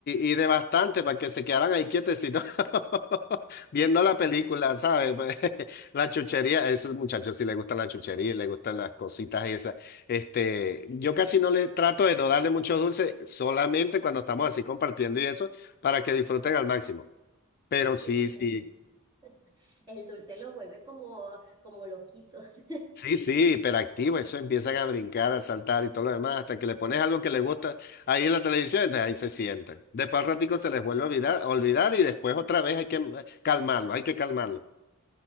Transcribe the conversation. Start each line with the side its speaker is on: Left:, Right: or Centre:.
Left: y- y de bastante para que se quedaran ahí quietecitos <laughs> viendo la película, ¿sabes? Pues, <laughs> La chuchería, a esos muchachos sí les gustan la chuchería, y les gustan las cositas esas. Este, yo casi no le trato de no darle muchos dulces, solamente cuando estamos así compartiendo y eso, para que disfruten al máximo. Pero sí,
Right: sí, porque
Left: sí.
Right: el, el dulce los vuelve como, como loquitos. <laughs>
Left: Sí, sí, hiperactivo, eso empiezan a brincar, a saltar y todo lo demás, hasta que le pones algo que les gusta ahí en la televisión, entonces ahí se sientan. Después al ratico se les vuelve a olvidar, olvidar y después otra vez hay que ma- calmarlo, hay que calmarlo.